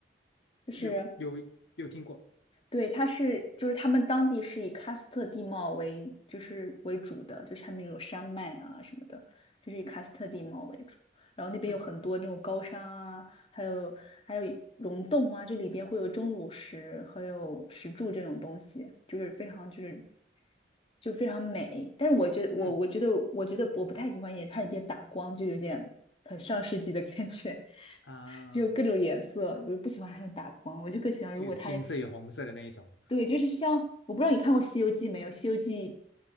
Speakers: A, on the left; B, on the left.
A: 就是
B: 有有有听过，
A: 对，它是就是他们当地是以喀斯特地貌为就是为主的，就是他们有山脉啊什么的，就是以喀斯特地貌为主。然后那边有很多那种高山啊，
B: 嗯
A: 还有还有溶洞啊，就里边会有钟乳石，还有石柱这种东西，就是非常就是就非常美。但是我觉得我我觉得我觉得我不太喜欢眼它里边打光，
B: 嗯
A: 就有点很上世纪的感觉。
B: 啊。
A: <laughs> 就各种颜色，我就不喜欢它的打光，我就更喜欢如果它
B: 就有青色有红色的那一种。
A: 对，就是像我不知道你看过《西游记》没有，《西游记》